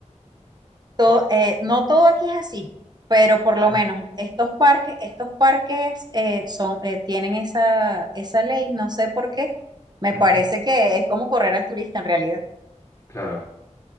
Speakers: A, on the right (about 35°); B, on the left (about 25°).
A: todo, eh, no todo aquí es así, pero por
B: ¿vale?
A: lo menos estos parques, estos parques eh, son, eh, tienen esa, esa ley, no sé por qué. Me
B: Ujú,
A: parece que es como correr al turista en realidad.
B: claro.